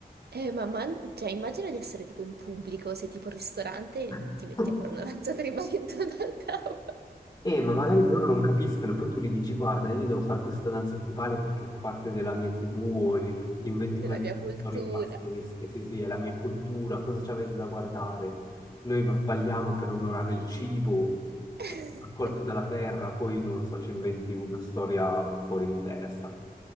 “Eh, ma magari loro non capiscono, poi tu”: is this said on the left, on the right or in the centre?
Left